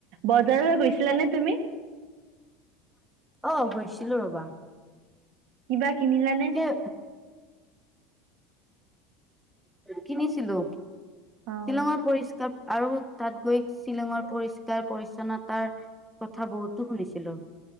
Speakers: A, on the right; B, in the centre.
A: বজাৰলৈ গৈছিলা নে তুমি?
B: অঁ গৈছিলো ৰবা।
A: কি- কিনিলানে?
B: সেই কিনিছিলো। শ্বিলঙৰ
A: অ',
B: পৰিষ্কাৰ, আৰু তাত গৈ শ্বিলঙৰ পৰিষ্কাৰ পৰিচ্ছন্নতাৰ কথা বহুতো শুনিছিলো,